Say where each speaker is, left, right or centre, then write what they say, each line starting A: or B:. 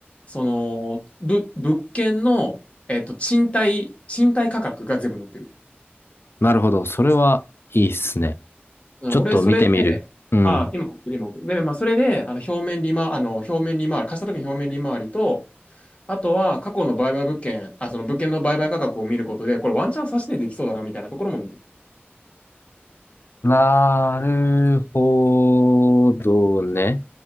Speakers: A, on the left; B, on the left.
A: その、ぶ、物件の、えっと、賃貸、賃貸価格が全部載ってる。
B: なるほど。それはいいっすね。
A: うん俺、
B: ちょっと見てみる。
A: それで、
B: うん。
A: あ、今送る、今送る。で、まあ、それで、あの、表面利回、あの、表面利回り、貸した時の表面利回りと、あとは、過去の売買物件、あ、その物件の売買価格を見ることで、これワンチャン差し値できそうだな、みたいなところも見てる。
B: なるほどね。